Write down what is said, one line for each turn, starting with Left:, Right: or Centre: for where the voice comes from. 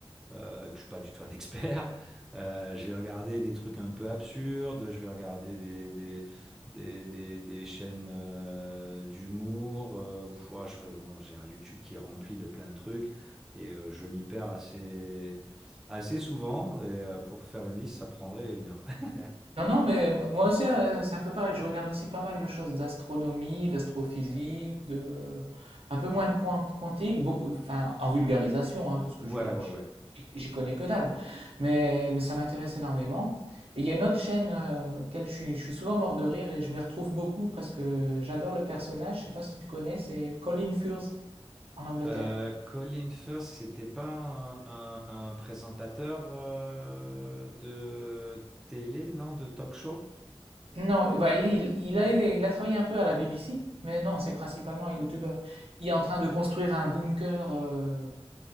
Centre: euh, que je suis pas du tout un expert. Euh, je vais regarder des trucs un peu absurdes, je vais regarder des, des, des, des, des chaînes euh, d'humour. Euh, pff, ouais, je- non, j'ai un YouTube qui est rempli de plein de trucs et euh, je m'y perds assez, assez souvent. Et euh, pour faire une liste, ça prendrait une heure. <laughs>
Right: Non, non, mais mo- moi aussi, euh, c'est un peu pareil. Je regarde aussi pas mal de choses d'astronomie, d'astrophysique, de... un peu moins de quan- quantique, beaucoup... enfin, en vulgarisation, hein, parce que
Centre: Ouais,
Right: j'y
Centre: ouais,
Right: j'y-
Centre: ouais.
Right: j'y connais que dalle. Mais, mais ça m'intéresse énormément. Et il y a une autre chaîne euh, auquel je suis, je suis souvent mort de rire et je m'y retrouve beaucoup parce que j'adore le personnage. Je sais pas si tu connais, c'est Colin Furze en Angleterre.
Centre: Euh, Colin Firth, c'était pas un, un- un présentateur euh, de télé, non, de talk show?
Right: Non, bah, il, il a, il a travaillé un peu à la BBC, mais non, c'est principalement un YouTuber. Il est en train de construire un bunker, euh,